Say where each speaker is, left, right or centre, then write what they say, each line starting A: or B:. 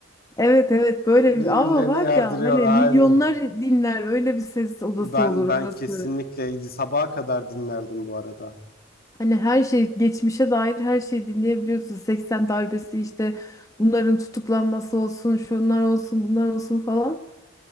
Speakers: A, on the left; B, on the left.
A: evet evet böyle
B: Birbirlerine
A: bir ama var
B: yardırıyorlar
A: ya hani milyonlar
B: aynen.
A: dinler öyle bir ses odası
B: Ben
A: olur
B: ben
A: orası.
B: kesinlikle sabaha kadar dinlerdim bu arada.
A: Hani her şey geçmişe dair her şeyi dinleyebiliyorsun. 80 darbesi işte bunların tutuklanması olsun, şunlar olsun, bunlar olsun falan.